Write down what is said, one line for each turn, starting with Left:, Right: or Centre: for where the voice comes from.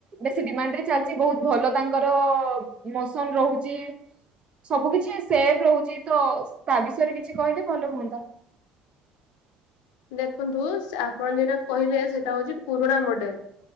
Right: ବେଶୀ ଡିମାଣ୍ଡ ରେ ଚାଲିଛି ବହୁତ ଭଲ ତାଙ୍କର ମୋସନ ରହୁଛି। ସବୁ କିଛି ସେଫ ରହୁଛି ତ ତା ବିଷୟରେ କିଛି କହିଲେ ଭଲ ହୁଅନ୍ତା।
Left: ଦେଖନ୍ତୁ ସା ଆପଣ ଯେଟା କହିଲେ ସେଇଟା ହଉଛି ପୁରୁଣା ମଡେଲ୍।